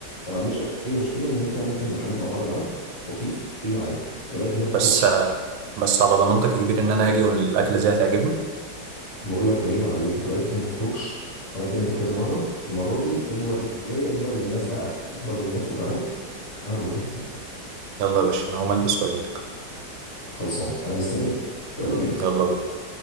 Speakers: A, on the left; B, on the right.
A: انا ما عنديش اي مشكله ان انت ممكن نحدد مع بعض ميعاد لطيف تيجي معانا انت بقالك كتير ما بتخرجش
B: بس بس على ضمانتك يا كبير ان انا هاجي والاكله دي هتعجبني
A: بقول لك عيب عليك انت بقالك كتير ما بتخرجش وانا كلمتك كذا مره المره دي اكبر ليا اكبر للناس بقى اكبر للناس وتعالى انا هظبط لك الدنيا
B: يلا يا باشا انا هقوم البس واجيلك
A: خلصانه انا مستنيك يلا بينا
B: يلا بينا